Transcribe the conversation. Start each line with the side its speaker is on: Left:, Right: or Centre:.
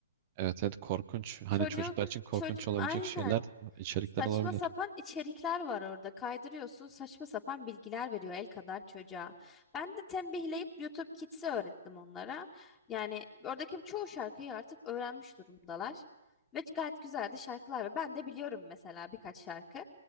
Right: Evet, evet korkunç. Hani
Left: Çocuk
Right: çocuklar için korkunç
Left: çocuk
Right: olabilecek
Left: aynen
Right: şeyler, içerikler
Left: Saçma
Right: olabilir.
Left: sapan içerikler var orada. Kaydırıyorsun, saçma sapan bilgiler veriyor el kadar çocuğa. Ben de tembihleyip YouTube Kids'i öğrettim onlara. Yani oradaki çoğu şarkıyı artık öğrenmiş durumdalar. Ve gayet güzel de şarkılar var. Ben de biliyorum mesela birkaç şarkı.